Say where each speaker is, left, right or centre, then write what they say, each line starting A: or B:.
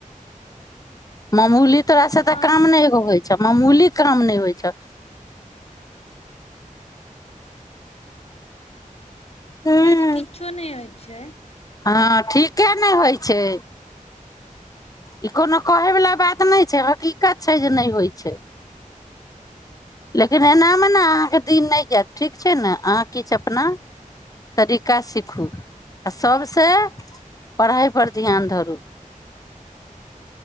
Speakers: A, on the left; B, on the left.
A: मामूली तरस
B: हँ
A: तऽ काम नहि गै अच्छा मामूली काम नहि होइ छ हूँ
B: हमरा तऽ किछो नहि होइ छै
A: हँ ठीके नहि होइ छै ई कोनो कहयवला बात नहि छै हकीकत छै जे नहि होइ छै लेकिन एनामे ने अहाँके दिन नहि जायत ठीक छै ने अहाँ किछु अपना तरीका सीखू आ सभसँ पढ़ाइपर ध्यान धरू